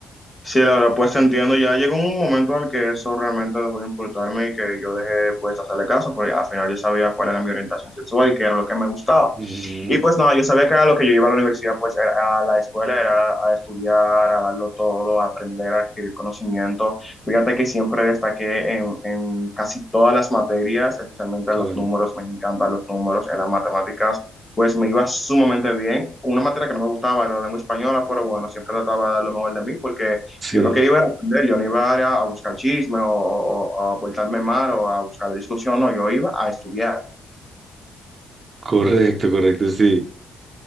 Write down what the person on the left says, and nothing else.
Sí, la verdad, pues entiendo, ya llegó un momento en el que eso realmente dejó de importarme y que yo dejé pues hacerle caso, porque al final yo sabía cuál era mi orientación sexual y qué era lo que me gustaba.
Y pues nada, yo sabía que era lo que yo iba a la universidad, pues era a la escuela, era a estudiar, a darlo todo, a aprender, a adquirir conocimiento. Fíjate que siempre destaqué en, en casi todas las materias, especialmente
los
números, me encantan los números, en las matemáticas. Pues me iba sumamente bien. Una materia que no me gustaba era la lengua española, pero bueno, siempre trataba de dar lo mejor de mí porque
yo lo que iba era aprender, yo no iba a, a buscar chisme o, o- o a portarme mal o a buscar discusión, no, yo iba a estudiar.